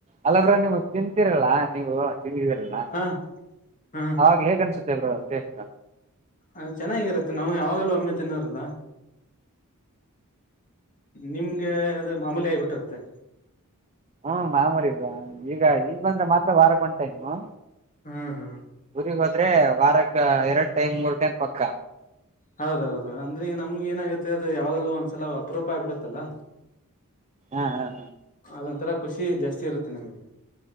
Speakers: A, on the right; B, on the left.
A: ಅಲಬ್ರ ನಿಮ್ಗ್ ತಿಂತೀರಲ್ಲ ನೀವು ತಿಂದಿದಿರಲ್ಲ
B: ಹಾ ಹಾ
A: ಆಾಗ ಹೇಗ ಅನ್ಸುತ್ತೆ ಬ್ರ ಟೇಸ್
B: ಅ ಚೆನ್ನಾಗಿರತ್ತೆ ನಾವು ಯಾವಾಗಲೂ ಒಮ್ಮೆ ತಿನ್ನೋರಲ್ಲ ನಿಮ್ಗೆ ಅದು ಮಾಮೂಲಿ ಆಗ್ಬಿಟ್ಟಿರುತ್ತೆ
A: ಹ್ಮ ಮಾಮರಿಬ್ರಾ ಈಗ ಈಗ ಬಂದ್ರೆ ಮಾತ್ರ ವಾರಕ್ಕೆ ಹೊಂಟಾ ನೀ
B: ಹಾ ಹಾ
A: ಊರಿಗ್ ಹೋದ್ರೆ ವಾರಕ್ಕ ಎರಡ್ ಟೈಮ್ ಮೂರ್ ಟೈಮ್ ಪಕ್ಕ
B: ಹೌದೌದು ಅಂದ್ರೆಗ ನಮ್ಗೆ ಏನಾಗುತ್ತೆ ಅದು ಯಾವಾಗಲೂ ಒಂದ್ಸಲ ಪ್ರೂಪಾಯ ಬಿಿಡತ್ತಲ್ಲ
A: ಹ ಹ
B: ಅದೊಂಂತರ ಖುಷಿ ಜಾಸ್ತಿ ಇರುತ್ತೆ ನಮಗೆ